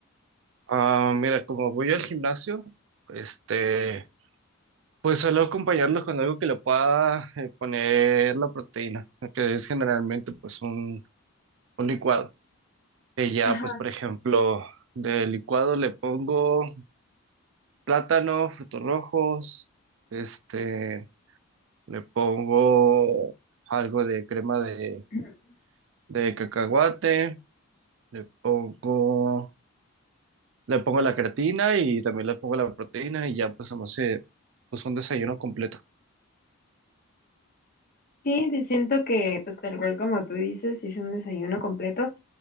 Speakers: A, on the right (about 60°); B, on the left (about 40°).
A: Ah, mira, como voy al gimnasio, este, pues suelo acompañarlo con algo que le pueda eh, poner la proteína, que es generalmente pues un, un licuado. Que ya,
B: Ajá.
A: pues por ejemplo, de licuado le pongo plátano, frutos rojos, este, le pongo algo de crema de,
B: <clears throat>
A: de cacahuate, le pongo Le pongo la creatina y también le pongo la proteína y ya pues se me hace pues un desayuno completo.
B: Sí, sí, siento que, pues, tal cual como tú dices, es un desayuno completo